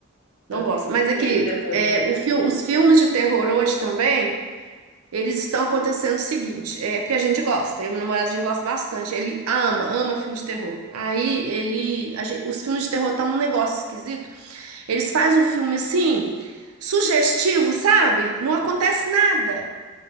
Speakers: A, on the right; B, on the left.
A: Não
B: Eu
A: gosta.
B: fico
A: Mas
B: com
A: aqui,
B: medo depois.
A: é, o fil- os filmes de terror hoje também. Eles estão acontecendo o seguinte, é porque a gente gosta, eu e meu namorado a gente gosta bastante. Ele ama, ama filme de terror. Aí ele, a gen- os filmes de terror estão um negócio esquisito. Eles fazem um filme assim, sugestivo, sabe? Não acontece nada.